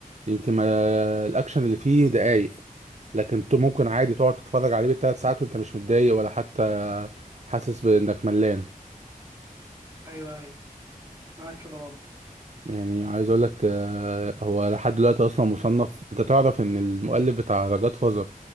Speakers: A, on the right; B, on the right.
A: يمكن ما الاكشن اللي فيه دقايق لكن انت ممكن عادي تقعد تتفرج عليه بالثلاث ساعات وانت مش متضايق ولا حتى حاسس بانك ملان
B: ايوه ايوه معاك في ده برضه
A: يعني عايز اقول لك آه، هو لحد دلوقتي اصلا مصنف انت تعرف ان المؤلف بتاع ذا جاد